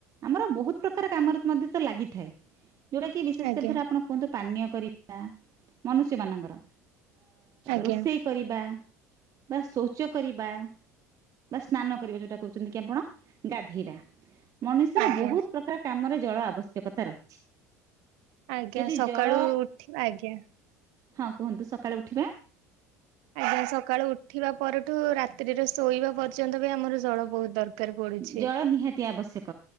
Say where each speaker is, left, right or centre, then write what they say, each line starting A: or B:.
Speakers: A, on the right; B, on the right.
A: ଆମର ବହୁତ ପ୍ରକାର କାମରେ ଲାଗିଥାଏ। ଯୋଉଟା କି ବିଶେଷ
B: ଆଜ୍ଞା
A: କରି ଧର ଆପଣ କୁହନ୍ତୁ ପାନୀୟ କରିବା ମନୁଷ୍ୟ ମାନଙ୍କର
B: ଆଜ୍ଞା
A: ରୋଷେଇ କରିବା ବା ଶୌଚ କରିବା ବା ସ୍ନାନ କରିବା ଯୋଉଟା କହୁଛନ୍ତି କି ଆପଣ ଗାଧେଇବା ମଣିୁଷର
B: ଆଜ୍ଞା
A: ବହୁତ ପ୍ରକାର କାମରେ ଜଳ ଆବଶ୍ୟକତା ରହିଛି।
B: ଆଜ୍ଞା
A: ଯଦି
B: ସକାଳୁ
A: ଜଳ
B: ଉଠିବ ଆଜ୍ଞା।
A: ହଁ କୁହନ୍ତୁ ସକାଳେୁ ଉଠିବା।
B: ଆଜ୍ଞା ସକାଳୁ ଉଠିବା ପରଠୁ ରାତିିରେ ଶୋଇବା ପର୍ଯ୍ୟନ୍ତ ବି ଆମର ଜଳ ବହୁତ୍ ଦର୍ ପଡ଼ୁଛି
A: ଜଳ ନିହାତି ଆବଶ୍ୟକ